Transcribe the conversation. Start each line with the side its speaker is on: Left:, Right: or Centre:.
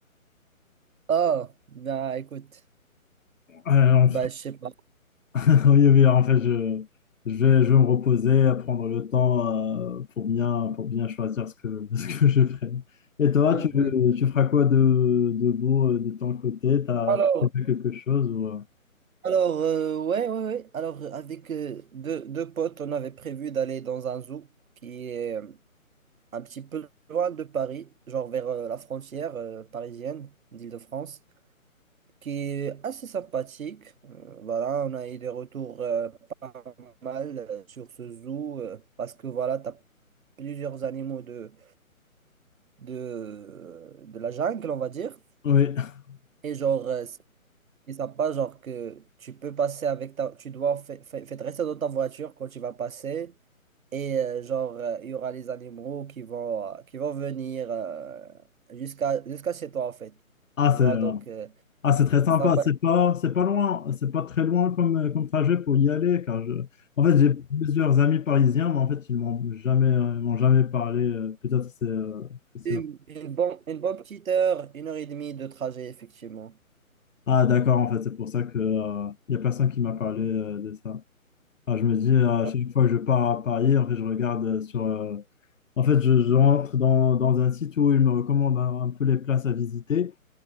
Right: Ah, bah écoute.
Left: Ouais, en-
Right: Bah, je sais pas.
Left: <laughs> oui, oui, en fait, je, je vais, je vais me reposer, prendre le temps euh, pour bien, pour bien choisir ce que, <laughs> ce que je ferai. Et toi,
Right: Hmm,
Left: tu,
Right: hmm.
Left: tu feras quoi de, de beau euh, de ton côté? T'as
Right: Alors,
Left: tu fais quelque chose ou, euh,
Right: alors euh, ouais, ouais, ouais. Alors, euh, avec euh, deux, deux potes, on avait prévu d'aller dans un zoo qui est euh, un petit peu loin de Paris, genre vers euh, la frontière euh, parisienne d'Île-de-France. qui est assez sympathique. Euh, voilà, on a eu des retours euh, pas mal euh, sur ce zoo euh, parce que voilà, tu as plusieurs animaux de, de, de la jungle, on va dire.
Left: Oui. <laughs>
Right: Et genre, euh, ce qui est sympa, genre que tu peux passer avec ta... Tu dois fa- fa- fa- rester dans ta voiture quand tu vas passer. Et euh, genre, euh, il y aura les animaux qui vont, euh, qui vont venir euh, jusqu'à jusqu'à chez toi, en fait.
Left: Ah,
Right: Tu
Left: c'est,
Right: vois,
Left: euh,
Right: donc, euh,
Left: Ah, c'est très sympa.
Right: c'est sympa.
Left: C'est pas, c'est pas loin, c'est pas très loin comme, euh, comme trajet pour y aller, car je- en fait, j'ai plusieurs amis parisiens, mais en fait, ils m'ont jamais, euh, ils m'ont jamais parlé. euh, Peut-être c'est, euh, que c'est.
Right: Une, une bonne, une bonne petite heure, une heure et demie de trajet, effectivement.
Left: Ah, d'accord. En fait, c'est pour ça que, euh, y a personne qui m'a parlé, euh, de ça. Ah, je me dis, euh, à
Right: Ouais.
Left: chaque fois que je pars à Paris, en fait, je regarde euh, sur, euh, en fait, je, je rentre dans, dans un site où ils me recommandent un, un peu les places à visiter.